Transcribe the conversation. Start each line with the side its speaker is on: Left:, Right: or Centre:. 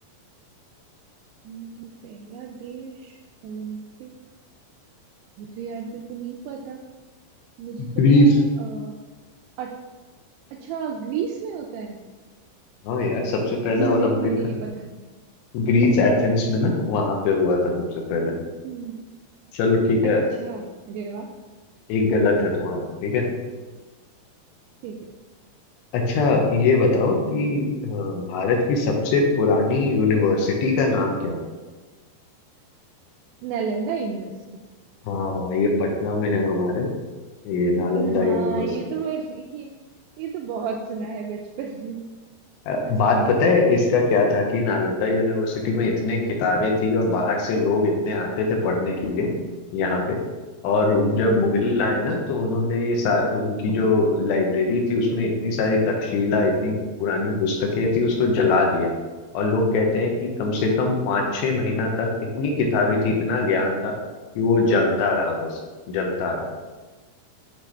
Right: हम्म, पहला देश ओलंपिक ये तो यार मेरे को नहीं पता मुझे पता
Left: ग्रीस
Right: है अ, अट- अच्छा ग्रीस में होता है
Left: हाँ यार
Right: अच्छा
Left: सबसे पहला
Right: ये
Left: ओलंपिक
Right: मेरे को नहीं पता
Left: ग्रीस एथेंस में ना वहां पे हुआ था सबसे पहले
Right: हम्म
Left: चलो ठीक है
Right: अच्छा अरे वाह
Left: एक गलत है तुम्हारा ठीक है
Right: ठीक है
Left: अच्छा ये बताओ कि अ, भारत की सबसे पुरानी यूनिवर्सिटी का नाम क्या था
Right: नालंदा यूनिवर्सिटी
Left: हाँ हाँ ये पटना में है हमारे ये नालंदा
Right: हाँ
Left: यूनिवर्सिटी
Right: ये तो मेरे ये, ये तो बहुत सुना है बचपन में
Left: अ,
Right: आसान
Left: बात
Right: सा
Left: पता
Right: सवाल
Left: है इसका
Right: था
Left: क्या था कि नालंदा यूनिवर्सिटी में इतने किताबें थी और बाहर से लोग इतने आते थे पढ़ने के लिए यहाँ पे और जब
Right: हाँ
Left: मुगल आए ना तो उन्होंने ये सारे उनकी जो लाइब्रेरी थी उसमें इतनी सारी तक्षशिला इतनी पुरानी पुस्तकें थी उसको जला दिया और लोग कहते हैं कि कम से कम पाँच छः महीना तक इतनी किताबें थी इतना ज्ञान था कि वो जलता रहा बस जलता रहा